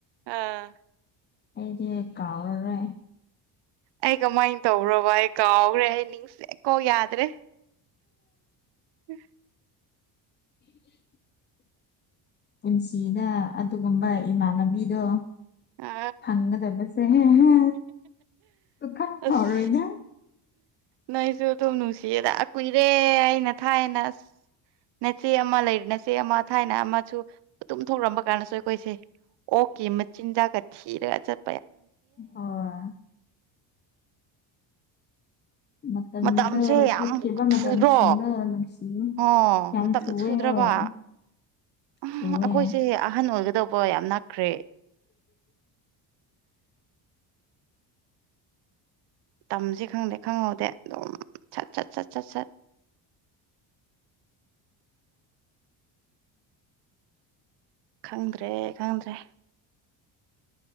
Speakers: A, on the right; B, on the left.
A: ꯑꯥ
B: ꯑꯩꯗꯤ ꯀꯥꯎꯔꯔꯣꯏ
A: ꯑꯩ ꯀꯃꯥꯏꯅ ꯇꯧꯕ꯭ꯔꯣꯕ ꯑꯩ ꯀꯥꯎꯒ꯭ꯔꯦ ꯑꯩ ꯅꯤꯡꯁꯦ ꯀꯣꯛ ꯌꯥꯗ꯭ꯔꯦ <inaudible>
B: <inaudible> ꯄꯨꯟꯁꯤꯗꯥ ꯑꯗꯨꯒꯨꯝꯕ ꯏꯃꯥꯟꯅꯕꯤꯗꯣ
A: ꯑ
B: ꯐꯪꯒꯗꯕꯁꯦ ꯍꯦ ꯍꯦ ꯁꯨꯐꯪ ꯐꯔꯣꯏꯗ
A: ꯑꯁ ꯅꯣꯏꯁꯨ ꯑꯗꯨꯝ ꯅꯨꯡꯁꯤꯌꯦꯗꯥ ꯑꯥ ꯀꯨꯏꯔꯦ ꯑꯩꯅ ꯊꯥꯏꯅ ꯑꯁ ꯅꯆꯦ ꯑꯃ ꯂꯩꯔꯤ ꯅꯆꯦ ꯑꯃ ꯊꯥꯏꯅ ꯑꯃꯁꯨ ꯑꯗꯨꯨꯝ ꯊꯣꯛꯔꯝꯕ ꯀꯥꯟꯗꯁꯨ ꯑꯩꯈꯣꯏꯁꯦ ꯑꯣꯛꯀꯤ ꯃꯆꯤꯟꯖꯥꯛꯀ ꯊꯤꯔꯒ ꯆꯠ
B: ꯍꯣꯏ ꯃꯇꯝꯗꯣ
A: ꯃꯇꯥꯝꯁꯦ ꯌꯥꯝ
B: ꯆꯠꯈꯤꯕ
A: ꯊꯨꯗ꯭ꯔꯣ
B: ꯃꯇꯝꯁꯤꯡꯗꯣ ꯅꯨꯡꯁꯤꯌꯦ
A: ꯑꯣ
B: ꯌꯥꯝ
A: ꯃꯇꯝꯗꯣ
B: ꯊꯨꯋꯦ
A: ꯊꯨꯗ꯭ꯔꯕꯥ
B: ꯍꯣꯏ
A: ꯑꯥ
B: ꯊꯨꯋꯦ
A: ꯑꯈꯣꯏꯁꯦ ꯑꯍꯟ ꯑꯣꯏꯒꯗꯧꯕ ꯌꯥꯝ ꯅꯥꯛꯈ꯭ꯔꯦ ꯇꯝꯁꯤ ꯈꯪꯗꯤ ꯈꯪꯍꯧꯗꯦ ꯑꯗꯨꯝ ꯁꯠ ꯁꯠ ꯁꯠ ꯁꯠ ꯁꯠ ꯈꯪꯗ꯭ꯔꯦ ꯈꯪꯗ꯭ꯔꯦ